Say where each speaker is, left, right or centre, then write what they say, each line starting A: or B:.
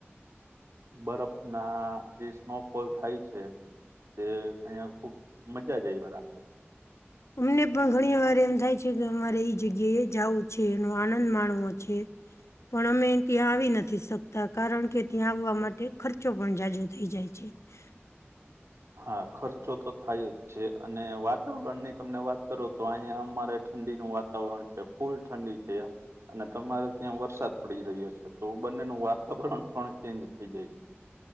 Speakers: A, on the right; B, on the left.
A: બરફના જે સ્નોફોલ થાય છે. તે અહંયા ખુબ મજા જ એવા રા.
B: અમને પણ ઘણી વાર એમ થાય છે કે અમારે એઈ જગ્યા એએ જવું છે એનો આનંદ માણવો છે. પણ અમે ત્યાં આવી નથી શકતા કારણ કે ત્યાં આવવા માટે ખર્ચો પણ જાજો થઈ જાય છે. છે.
A: હા ખર્ચો તો થાય જ છે અને વાતાવરણ ની તમને વાત કરો તો અહીંયા અમારે ઠંડીનું વાતા વાતાવરણ છે ફૂલ ઠંડી છે. અને તમારે ત્યાં વરસાદ પડી રહ્યો છે તો બંનેનું વાતાવરણ પણ ચેન્જ થઈ જાય છે.